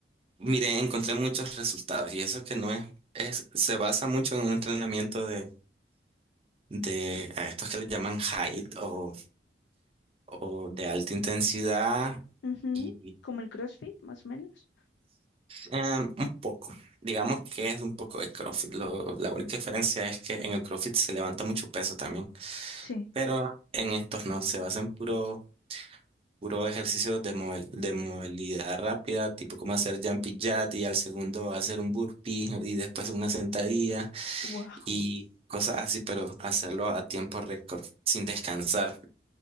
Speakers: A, on the right; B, on the left.
A: Mire, encontré muchos resultados y eso que no es, es se basa mucho en un entrenamiento de, de a estos que le llaman HIIT o, o de alta intensidad
B: Ujú,
A: y
B: Como el CrossFit, más o menos.
A: em, un poco, digamos que es un poco de CrossFit. Lo- la única diferencia es que en el CrossFit se levanta mucho peso también,
B: Sí.
A: pero en estos no, se basa en puro, puro ejercicios de, movel- de movilidad rápida, tipo como hacer jumpy jack y al segundo hacer un burpee y después una sentadilla.
B: Wow.
A: y cosas así, pero hacerlo a tiempo récord, sin descansar.